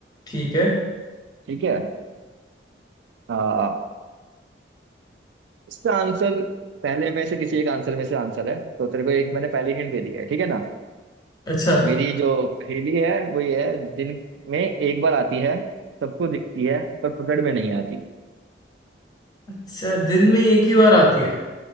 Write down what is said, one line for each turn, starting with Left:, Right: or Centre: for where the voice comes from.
Left: ठीक है
Right: ठीक है आ, इसका आंसर पहले में से किसी एक आंसर में से आंसर है तो तेरे को एक मैंने पहले हिंट दे दी है ठीक है ना
Left: अच्छा
Right: मेरी जो पहेली है वो ये है दिन में एक बार आती है सबको दिखती है पर पकड़ में नहीं आती
Left: अच्छा दिन में एक ही बार आती है